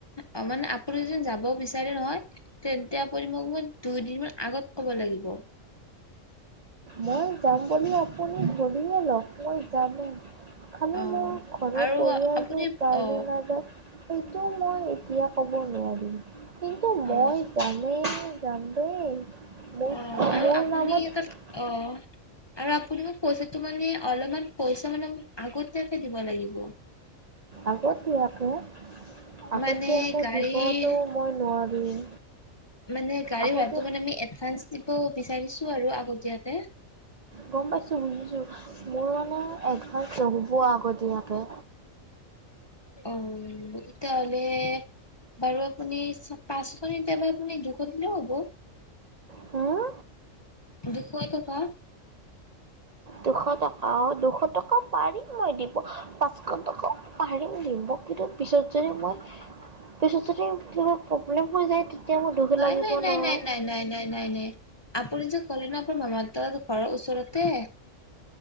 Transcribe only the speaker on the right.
মই যাম বুলি আপুনি ভাবিয়ে লওক, মই যামে। খালি
মোৰ ঘৰৰ
পৰিয়ালটো
তালৈ
নাযায়। সেইটো মই এতিয়া ক'ব নোৱাৰিম। কিন্তু
মই জানো যাম দেই। মোৰ,
মোৰ
নামত
আগতীয়াকে, আগতীয়াকে
দিবতো মই নোৱাৰিম।
আগতীয়া
গম পাইছো বুজিছো মোৰ মানে এডভাঞ্চ নহ'ব আগতীয়াকে।
হুম
দুশ টকা, দুশ টকাত পাৰিম মই দিব পাচ দুশ টকা পাৰিম দিব কিন্তু পিছত যদি মই পিছত যদি কিবা প্ৰব্লেম হৈ যায় তেতিয়া মোৰ দুখ
লাগিব
নহয়।